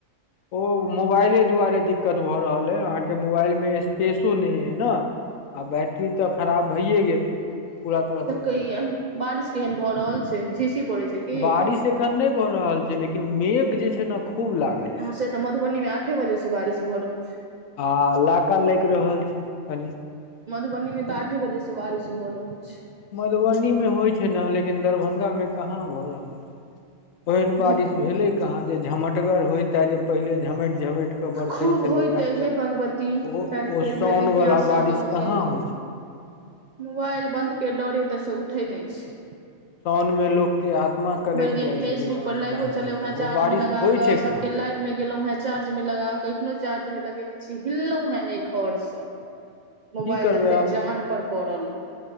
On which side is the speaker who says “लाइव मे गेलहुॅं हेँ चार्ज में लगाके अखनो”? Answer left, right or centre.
Right